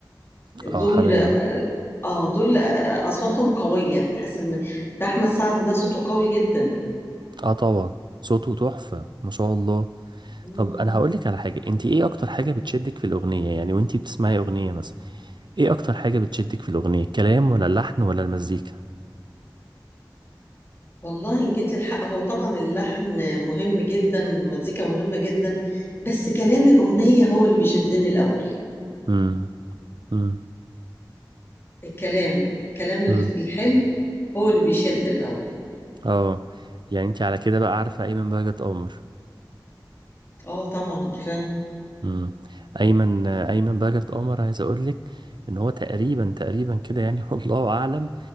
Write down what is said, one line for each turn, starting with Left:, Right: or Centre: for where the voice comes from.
Left: دول
Right: اه حماقي
Left: اه آه، دول آه، اصواتهم قويه تحس ان ده احمد سعد ده صوته قوي جدا
Right: اه طبعا صوته تحفة ما شاء الله
Left: مم.
Right: طب انا هقولك على حاجة انتي ايه اكتر حاجة بتشدك في الاغنية يعني وانتي بتسمعي اغنية مثلا ايه اكتر حاجة بتشدك في الاغنية الكلام ولا اللحن ولا المزيكا
Left: والله ان جيت للحق هو طبعا اللحن مهم جدا والمزيكا مهمة جدا بس كلام الأغنية هو اللي بيشدني الأول
Right: مم. مم.
Left: الكلام الكلام
Right: مم.
Left: الحلو هو اللي بيشد الأول
Right: اه يعني انت على كده بقى عارفة ايمن بهجت قمر
Left: اه طبعا عارفاه
Right: امم ايمن ايمن بهجت قمر عايز اقول لك ان هو تقريبا تقريبا كده يعني <laughs> والله اعلم